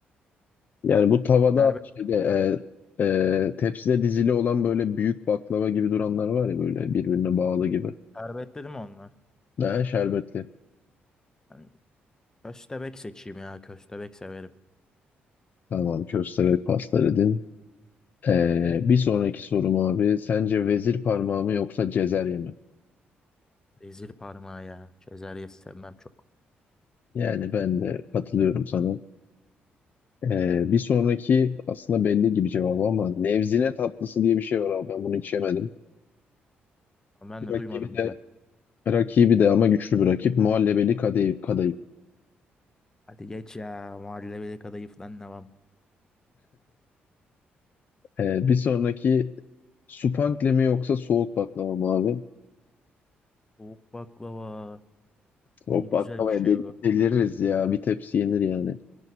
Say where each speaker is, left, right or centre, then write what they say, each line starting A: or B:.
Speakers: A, on the left; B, on the left.
A: Yani bu tavada
B: Şerbet,
A: şeyde e, e, tepside dizili olan böyle büyük baklava gibi duranlar var ya böyle birbirine bağlı gibi.
B: şerbet dedim onlar.
A: Ne şerbetli.
B: Yani köstebek seçeyim ya. Köstebek severim.
A: Tamam köstebek pasta dedin. Ee, bir sonraki sorum abi sence vezir parmağı mı yoksa cezerye mi?
B: Rezil parmağı ya. Çözer yesem çok.
A: Yani ben de katılıyorum sana. Ee, bir sonraki aslında belli gibi cevabı ama nevzine tatlısı diye bir şey var abi ben bunu hiç yemedim.
B: Ama ben de
A: Rakibi
B: duymadım
A: de
B: bile.
A: rakibi de ama güçlü bir rakip. Muhallebeli Kadayıf. Kadayıf.
B: Hadi geç ya. Mahalleli kadayıf falan var?
A: Ee, bir sonraki Supankle mi yoksa soğuk baklava mı abi?
B: Soğuk baklava.
A: Soğuk
B: Ne güzel
A: baklavaya
B: bir şey
A: del
B: o.
A: deliririz ya. Bir tepsi yenir yani.